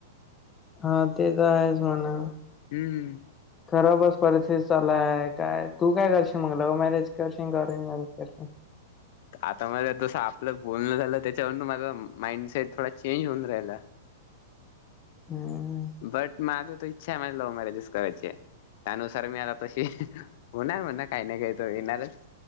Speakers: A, on the left; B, on the left.
A: हा ते तर आहेच म्हणा.
B: हम.
A: खराबस परिस्थिती चालय काय तू काय करशील मगला मॅरेज करशील का अरेंज मॅरेज करशील?
B: आता माझ जस आपलं बोलण झालं त्याच्यावरन माझा माइंडसेट थोडा चेंज होऊन राहिला.
A: हम.
B: बट माझ त इच्छा आहे माझ लव मॅरेजस्स कराचची. त्यानुसार मी आता तशी होणार म्हणणार काही ना काही तर होणार.